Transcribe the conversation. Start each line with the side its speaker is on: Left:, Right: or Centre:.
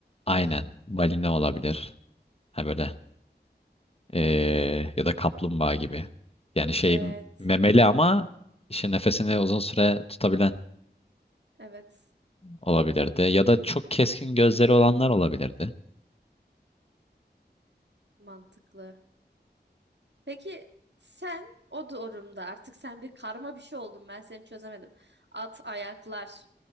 Left: aynen.
Right: Ney?
Left: Balina olabilir. Ha böyle. ee, ya da kaplumbağa gibi. Yani şey
Right: Evet.
Left: memeli ama işte nefesini uzun süre tutabilen
Right: Evet.
Left: olabilirdi. Ya da çok keskin gözleri olanlar olabilirdi.
Right: Mantıklı. Peki sen o durumda artık sen bir karma bir şey oldun. Ben seni çözemedim. At ayaklar.